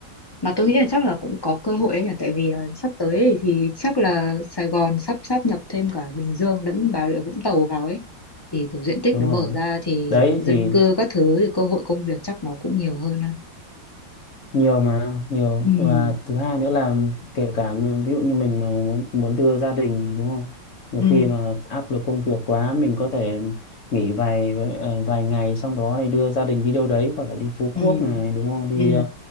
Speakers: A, on the left; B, on the left.
A: Mà tôi nghĩ là chắc là cũng có cơ hội ấy nhỉ tại vì à, sắp tới ấy thì chắc là Sài Gòn sắp sáp nhập thêm cả Bình Dương lẫn Bà Rịa Vũng Tàu vào ấy thì kiểu diện tích
B: đúng
A: nó mở
B: rồi
A: ra thì
B: đấy
A: dân
B: thì
A: cư các thứ thì cơ hội công việc chắc nó cũng nhiều hơn ha
B: nhiều mà nhiều
A: ừ
B: và thứ hai nữa là kể cả mình- ví dụ như mình mà muốn muốn đưa gia đình đúng không nhiều
A: ừ
B: khi mà áp lực công việc quá mình có thể nghỉ vài ờ, vài ngày xong đó thì đưa gia đình đi đâu đấy hoặc là đi Phú
A: ừ
B: Quốc này đúng không đi
A: ừ
B: ờ,